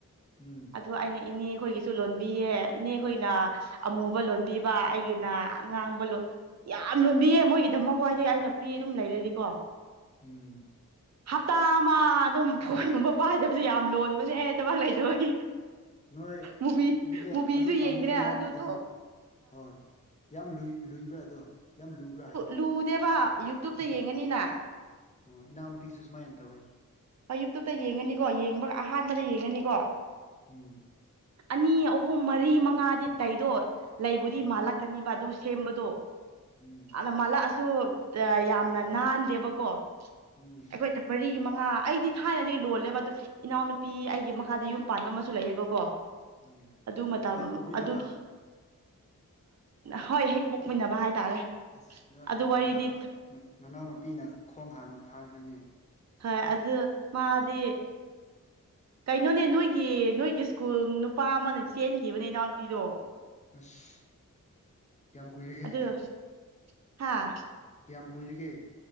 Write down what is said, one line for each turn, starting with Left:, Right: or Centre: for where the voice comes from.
Left: ꯎꯝ
Right: ꯑꯗꯨ ꯑꯩꯅ ꯏꯅꯦ ꯈꯣꯏꯒꯤꯁꯨ ꯂꯣꯟꯕꯤꯌꯦ ꯏꯅꯦ ꯈꯣꯏꯅ ꯑꯃꯨꯕ ꯂꯣꯟꯕꯤꯕ ꯑꯩꯒꯤꯅ ꯑꯉꯥꯡꯕ ꯂ ꯌꯥꯝ ꯂꯣꯟꯕꯤꯌꯦ ꯃꯣꯏꯒꯤꯗꯃꯛ ꯋꯥꯏꯗꯒꯤꯩ ꯑꯩꯅ ꯐ꯭ꯔꯤ ꯑꯗꯨꯝ ꯂꯩꯔꯗꯤꯀꯣ
Left: ꯎꯝ
Right: ꯍꯞꯇꯥ ꯑꯃ ꯑꯗꯨꯝ ꯐꯣꯟꯒꯨꯝꯕ ꯄꯥꯏꯗꯕꯁꯦ ꯌꯥꯝ ꯂꯣꯟꯕꯅꯦꯍ ꯊꯕꯛ ꯂꯩꯇꯕꯒꯤ
Left: ꯅꯣꯏ
Right: ꯃꯨꯚꯤ
Left: ꯑꯗꯨꯗ
Right: ꯃꯨꯚꯤꯁꯨ
Left: ꯑꯗꯨ ꯇꯝꯕꯗꯣ
Right: ꯌꯦꯡꯗ꯭ꯔꯦ
Left: ꯌꯥꯝ
Right: ꯑꯗꯨꯗꯣ
Left: ꯀꯩꯅꯣ ꯍꯣꯏ ꯌꯥꯝ ꯂꯨꯏ ꯂꯨꯏꯕ꯭ꯔꯥ ꯑꯗꯣ ꯌꯥꯝ ꯂꯨꯕ꯭ꯔꯥ ꯍꯥꯏꯕ
Right: ꯂꯨꯗꯦꯕ ꯌꯨꯇꯨꯕꯇ ꯌꯦꯡꯉꯅꯤꯅ
Left: ꯑꯣ ꯏꯅꯥꯎ ꯅꯨꯄꯤꯁꯨ ꯁꯨꯃꯥꯏꯅ ꯇꯧꯋꯦ
Right: ꯍ ꯌꯨꯇꯨꯕꯇ ꯌꯦꯡꯉꯅꯤꯀꯣ ꯌꯦꯡꯉꯕꯒ ꯑꯍꯥꯟꯕꯗ ꯌꯦꯡꯉꯅꯤꯀꯣ
Left: ꯎꯝ
Right: ꯑꯅꯤ, ꯑꯍꯨꯝ, ꯃꯔꯤ, ꯃꯉꯥꯗꯤ ꯂꯩꯗꯣ ꯂꯩꯕꯨꯗꯤ
Left: ꯎꯝ
Right: ꯃꯥꯜꯂꯛ ꯀꯅꯤꯕ ꯑꯗꯨ ꯁꯦꯝꯕꯗꯣ꯫
Left: ꯎꯝ
Right: ꯅ ꯃꯥꯜꯂꯛ ꯑꯁꯨ ꯌꯥꯝꯅ ꯅꯥꯟꯗꯦꯕ ꯀꯣ
Left: ꯎꯝ
Right: ꯑꯩꯈꯣꯏꯗ ꯃꯔꯤ ꯃꯉꯥ, ꯑꯩꯗꯤ ꯊꯥꯏꯅꯗꯒꯤ ꯂꯣꯜꯂꯦꯕ, ꯑꯗꯣ ꯏꯅꯥꯎ ꯅꯨꯄꯤ ꯑꯩꯒꯤ ꯃꯈꯥꯗ ꯌꯨꯝ ꯄꯥꯟꯕ ꯑꯃꯁꯨ ꯂꯩꯌꯦꯕꯀꯣ꯫
Left: ꯎꯝ
Right: ꯑꯗꯨ ꯃꯇꯝ
Left: ꯍꯦꯛ ꯄꯣꯛꯃꯤꯟꯅꯕ
Right: ꯑꯗꯨꯒꯤ ꯍꯣꯏ ꯍꯦꯛ ꯃꯨꯛꯃꯤꯟꯅꯕ ꯍꯥꯏꯇꯥꯔꯦ
Left: ꯑꯁ ꯅꯣꯏ
Right: ꯑꯗꯨ ꯋꯥꯔꯤꯗꯤ
Left: ꯅꯅꯥꯎ ꯅꯅꯥꯎꯅꯨꯄꯤꯅ ꯈꯣꯡ ꯍꯥꯟꯅ ꯊꯥꯡꯈ꯭ꯔꯦꯅꯦ
Right: ꯍꯣꯏ ꯑꯗꯨ ꯃꯥꯗꯤ ꯀꯩꯅꯣꯅꯦ ꯅꯣꯏꯒꯤ ꯅꯣꯏꯒꯤ ꯁ꯭ꯀꯨꯜ ꯅꯨꯄꯥ ꯑꯃꯅ ꯆꯦꯟꯈꯤꯕꯅꯦ ꯏꯅꯥꯎꯅꯨꯄꯤꯗꯣ
Left: ꯑꯁ ꯀꯌꯥꯝ ꯀꯨꯏꯔꯒꯦ
Right: ꯑꯗ ꯍꯥ
Left: ꯀꯌꯥꯝ ꯀꯨꯏꯔꯤꯒꯦ